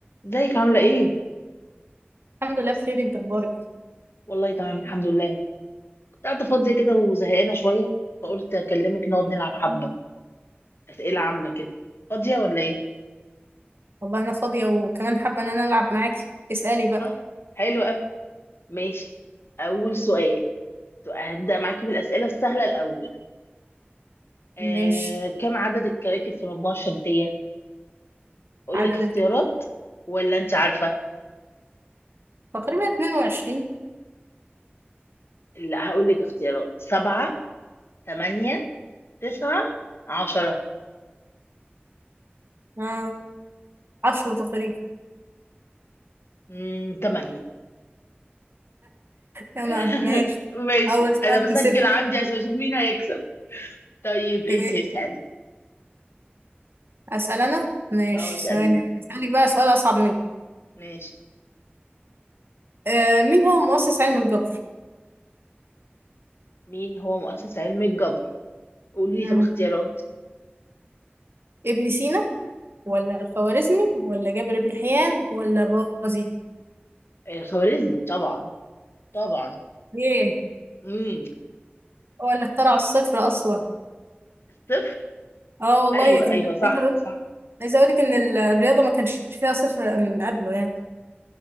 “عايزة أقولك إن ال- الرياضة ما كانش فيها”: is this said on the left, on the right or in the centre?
Right